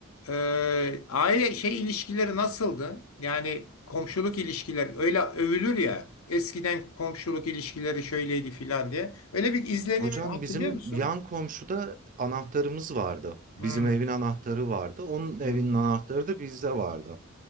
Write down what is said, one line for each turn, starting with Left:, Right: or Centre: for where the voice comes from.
Left: Ee, aile şey ilişkileri nasıldı? Yani komşuluk ilişkileri öyle övülür ya eskiden komşuluk ilişkileri şöyleydi filan diye. Öyle bir izlenimi
Right: Hocam
Left: hatırlıyor
Right: bizim
Left: musun?
Right: yan komşuda anahtarımız vardı. Bizim
Left: Hmm,
Right: evin anahtarı vardı. Onun
Left: hmm.
Right: evinin anahtarı da bizde vardı.